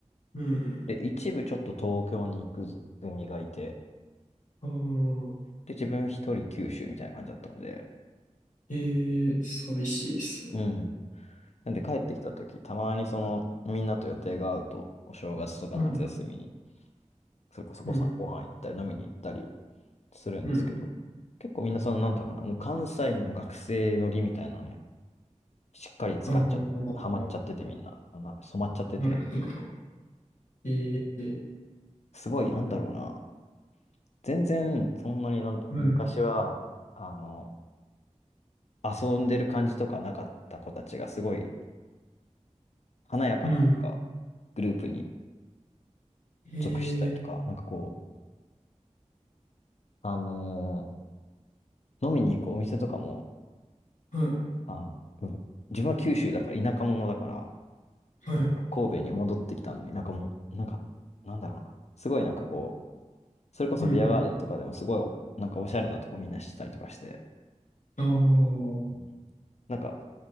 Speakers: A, on the left; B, on the left.
A: うん
B: で、一部ちょっと東京に行く組がいて、
A: うん。ああ、
B: で、自分一人九州みたいな感じだったので、
A: えー、寂しいですね。
B: うん。なんで帰ってきた時、たまにその、みんなと予定が合うと、お正月とか夏休みに、
A: はい。
B: それこそごさ、
A: うん、
B: ご飯行ったり飲みに行ったりするんですけど、
A: うん。
B: 結構みんなその、なんだろうな、もう関西の学生のりみたいなのね、しっかり使っちゃ、
A: ああ、
B: ハマっちゃっててみんな、なんだ染まっちゃってて、
A: なるほど。えー、
B: すごい、なんだろうな、全然そんなになんだ、
A: はい。
B: 昔は、あの、遊んでる感じとかなかった子たちがすごい華やかな、
A: うん。
B: なんかグループに
A: え
B: 属してたりとか、なんかこう、あのー飲みに行くお店とかも、
A: ー、はい。
B: あの、う自分は九州だから田舎者だから、
A: はい。
B: なんか神戸に戻ってきたのに、なんかもう、なんか、なんだろうな。すごいなんかこう、それこそビアガーデンとかでもすごい、
A: うんうん。
B: なんかおしゃれなとこみんなしてたりとかして、
A: あ
B: うんなんか、